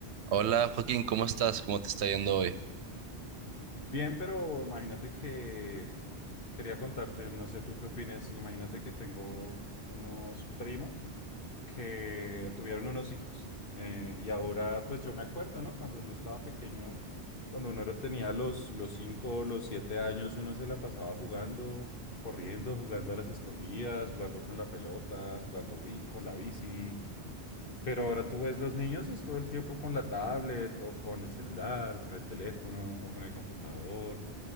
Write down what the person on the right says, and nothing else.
Hola Joaquín, ¿cómo estás? ¿Cómo te está yendo hoy?